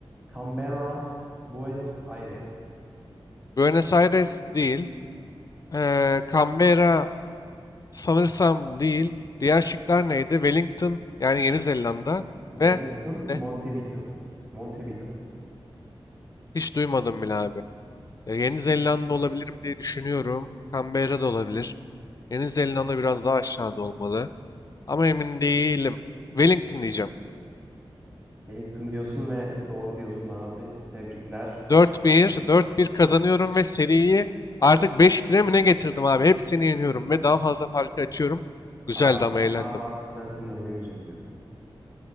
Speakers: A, on the right; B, on the left.
A: Canberra, Buenos Aires.
B: Buenos Aires değil. Ee, Canberra sanırsam değil. Diğer şıklar neydi? Wellington yani Yeni Zelanda
A: Wellington,
B: ve ne?
A: Montevideo. Montevideo.
B: Hiç duymadım bile abi. Ee, Yeni Zelanda olabilir mi diye düşünüyorum. Canberra da olabilir. Yeni Zelanda biraz daha aşağıda olmalı. Ama emin değilim. Wellington diyeceğim.
A: Wellington diyorsun ve doğru diyorsun abi. Tebrikler.
B: Dört bir, dört bir kazanıyorum ve seriyi artık beş 1e mi ne getirdim abi? Hepsini yeniyorum ve daha fazla farkı açıyorum.
A: Ama
B: Güzeldi ama eğlendim.
A: abi artık ben seninle oynamayacağım ya.